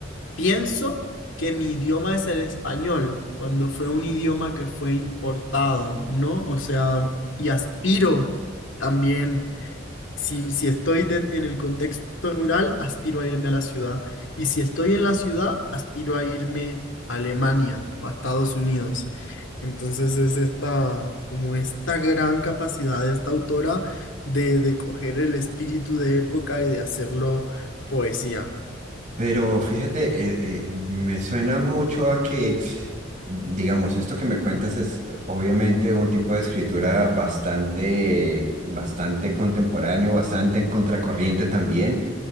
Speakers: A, on the left; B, on the right.
A: pienso que mi idioma es el español, cuando fue un idioma que fue importado, ¿no? O sea, y aspiro también si, si estoy den- en el contexto rural, aspiro a irme a la ciudad. Y si estoy en la ciudad, aspiro a irme a Alemania o a Estados Unidos. Entonces es esta, como esta gran capacidad de esta autora de, de coger el espíritu de época y de hacerlo poesía.
B: Pero fíjate, eh, eh, me suena mucho a que, digamos, esto que me cuentas es obviamente un tipo de escritura bastante, bastante contemporáneo, bastante en contracorriente también.